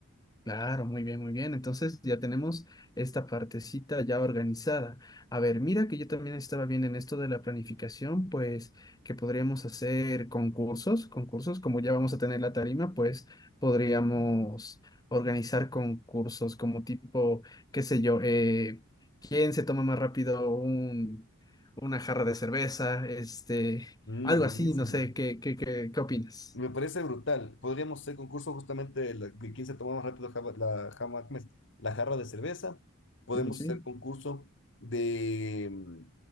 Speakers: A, on the left; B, on the left.
A: Claro, muy bien, muy bien. Entonces ya tenemos esta partecita ya organizada. A ver, mira que yo también estaba bien en esto de la planificación, pues que podríamos hacer concursos, concursos, como ya vamos a tener la tarima, pues podríamos organizar concursos como tipo, qué sé yo, eh, quién se toma más rápido un, una jarra de cerveza, este,
B: Mm,
A: algo
B: buenísimo.
A: así, no sé, ¿qué, qué, qué, qué opinas?
B: Me parece brutal. Podríamos hacer concurso justamente de, la- de quién se toma más rápido java- la, jama- ¿cómo es? la jarra de cerveza. Podemos
A: Sí, sí.
B: hacer concurso de, mm,